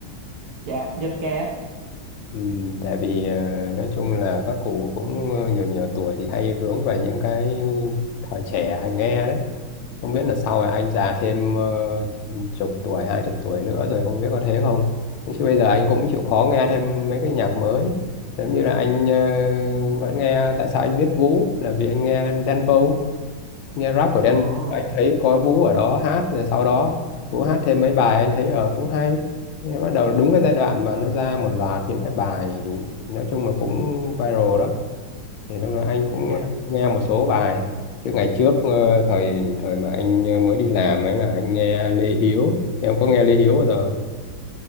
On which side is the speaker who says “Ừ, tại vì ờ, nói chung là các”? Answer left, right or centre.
Left